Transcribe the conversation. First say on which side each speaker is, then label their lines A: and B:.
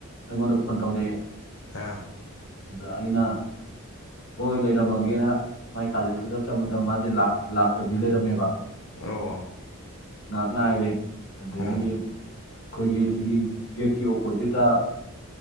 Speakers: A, on the left; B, on the left.
A: ꯑꯩꯉꯣꯟꯗ ꯐꯣꯟ ꯇꯧꯔꯛꯑꯦ
B: ꯑꯥ
A: ꯑꯗ ꯑꯩꯅ ꯍꯣꯏ ꯂꯩꯔꯝꯃꯒꯦꯅ ꯃꯥꯏꯀꯥꯟꯥꯁꯦ ꯊꯖꯠ ꯆꯝꯕꯗ ꯃꯥꯁꯦ ꯂꯥꯛꯇꯕꯤ ꯂꯩꯔꯝꯃꯦꯕ
B: ꯑꯣ
A: ꯉꯥꯏꯍꯥꯛ ꯉꯥꯏꯔꯦ ꯑꯗꯒꯤꯗꯤ
B: ꯎꯝ
A: ꯑꯩꯈꯣꯏꯒꯤ ꯁꯤꯒꯤ ꯒꯦꯠꯀꯤ ꯑꯣꯄꯣꯖꯤꯠꯇ